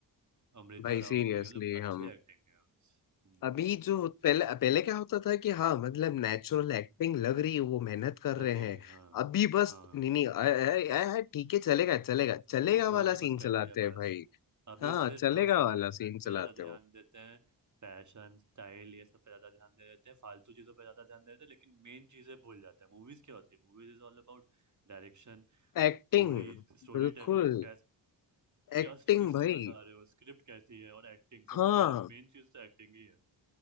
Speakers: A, on the right; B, on the left.
A: अमृता
B: भाई
A: राव
B: सीरियसली
A: हो गई मतलब अच्छी
B: हम
A: एक्टिंग है हम्म,
B: अभी जो पहले पहले क्या होता था कि हाँ मतलब नेचुरल एक्टिंग लग रही है वो मेहनत कर रहे
A: लग जाएगी
B: हैं
A: हाँ
B: अभी बस
A: हाँ
B: नहीं नहीं अ- अ- अ- अ- ठीक है चलेगा चलेगा चलेगा
A: और ये थोड़ा
B: वाला
A: सा बस
B: सीन
A: कर
B: चलाते
A: दिया
B: हैं
A: बस
B: भाई
A: अभी
B: हाँ
A: सिर्फ
B: चलेगा
A: बस फैशन
B: वाला सीन
A: पे
B: चलाते
A: ज़्यादा ध्यान
B: हो
A: देते हैं फैशन स्टाइल ये सब पे ज़्यादा ध्यान दे देते हैं फालतू चीज़ों पे ज़्यादा ध्यान दे देते हैं लेकिन मेन चीज़ें भूल जाते हैं मूवीज़ क्या होती है movies is all about direction
B: एक्टिंग
A: story story
B: बिल्कुल
A: telling कैस क्या
B: एक्टिंग
A: स्टोरी सुनाना
B: भाई
A: चाह रहे हो स्क्रिप्ट कैसी है और एक्टिंग सबसे
B: हाँ
A: मेन चीज़ तो एक्टिंग ही है